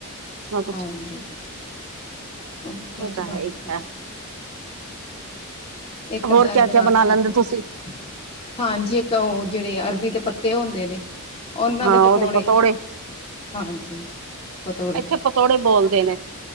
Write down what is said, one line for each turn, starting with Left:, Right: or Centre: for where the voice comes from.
Right: ਕੁਛ ਨਾ ਕੁਛ
Left: ਹਾਂਜੀ ਉਹ ਬੁੱਟੀਆਂ
Right: ਓਹ
Left: ਚ
Right: ਤਾਂ
Left: ਪਾ
Right: ਹੈ
Left: ਦਿੰਦੀ
Right: ਹੀ ਹੈ
Left: ਹਾਂ ਇੱਕ
Right: ਹੋਰ
Left: ਦਾ
Right: ਕਿਆ
Left: ਗਿਲਾਸ
Right: ਕਿਆ ਬਣਾ ਲੈਂਦੇ
Left: ਰੱਖ ਲੈਣੇ
Right: ਤੁਸੀਂ
Left: ਹਾਂਜੀ ਇੱਕ ਉਹ ਜਿਹੜੇ ਅਰਬੀ ਦੇ ਪੱਤੇ ਹੁੰਦੇ ਨੇ ਉਹਨਾਂ
Right: ਹਾਂ
Left: ਦੇ ਪਕੌੜੇ
Right: ਉਹਦੇ ਪਤੋੜੇ
Left: ਹਾਂਜੀ। ਪਤੋੜੇ
Right: ਐਥੇ ਪਤੋੜੇ ਬੋਲਦੇ ਨੇ